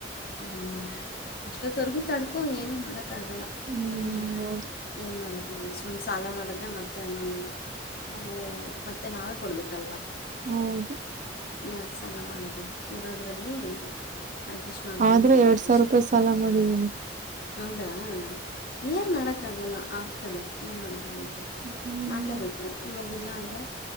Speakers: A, on the left (about 60°); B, on the right (about 45°).
A: ಹ್ಮ ಅಷ್ಟೊತ್ತವರ್ಗೂ ತಡ್ಕೊ ಏನು ಮಾಡಕ ಕ್ಕ ಆಾಗಲ್ಲ
B: ಹ್ಮ್
A: ಹ್ಞ
B: ಹೌದು
A: ಏನು ಮಾಡಕ್ಕೆ. ಸುಮ್ ಸಾಲ ಮಾಡಿದ್ರೆ ಮತ್ತೆ ನಾವು ಆ ಮತ್ತೆ ನಾವೇ ಕೊಡ್ಬೇಕಲ್ವಾ,
B: ಹೌದು
A: ಯಾಕೆ ಸಾಲ ಮಾಡೋದು ಇರೋದರಲ್ಲಿ ಅಡ್ಜಸ್ಟ್ ಮಾಡ್ಕೊಂಡು
B: ಆದ್ರೆ
A: ಹೋಗ್ಬೇಕಷ್ಟೆ.
B: ಎರಡ್ ಸಾವಿರ ರೂಪಾಯಿ ಸಾಲ ಮಾಡಿದ್ದೀನಿ.
A: ಹೌದಾ ಏನ್ ಮಾಡೋಕ್ ಆಗಲ್ಲ ಆಗ್ತದೆ ಏನ್ ಮಾಡಕ್
B: ಹ್ಮ್
A: ಮಾಡಲೇಬೇಕು. ಇವಾಗ ಇಲ್ಲ ಅಂದ್ರೆ